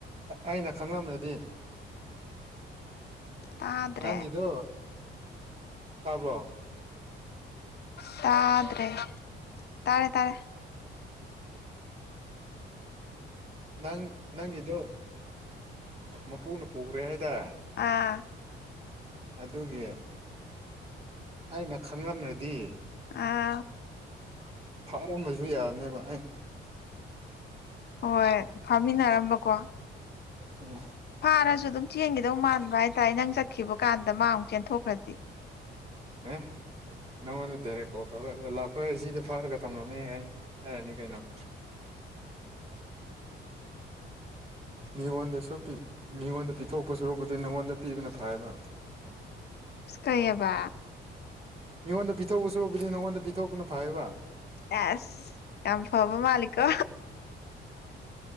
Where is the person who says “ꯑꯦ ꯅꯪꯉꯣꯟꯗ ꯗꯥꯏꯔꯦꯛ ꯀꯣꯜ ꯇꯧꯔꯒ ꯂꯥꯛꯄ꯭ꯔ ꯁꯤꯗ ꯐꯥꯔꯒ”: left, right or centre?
Right